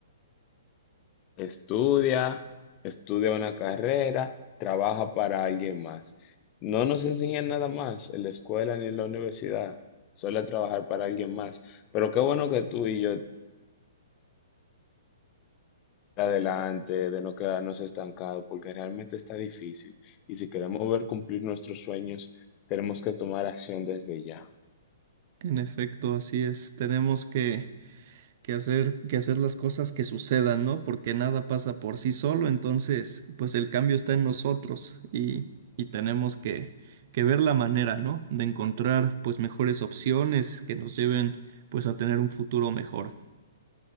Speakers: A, on the left; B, on the right.
A: Estudia, estudia una carrera, trabaja para alguien más. No nos enseñan nada más en la escuela ni en la universidad, solo a trabajar para alguien más. Pero qué bueno que tú y yo adelante, de no quedarnos estancados, porque realmente está difícil. Y si queremos ver cumplir nuestros sueños, tenemos que tomar acción desde ya.
B: en efecto, así es. Tenemos que que hacer, que hacer las cosas que sucedan, ¿no? Porque nada pasa por sí solo, entonces, pues el cambio está en nosotros y, y tenemos que, que ver la manera, ¿no? De encontrar, pues, mejores opciones que nos lleven, pues, a tener un futuro mejor.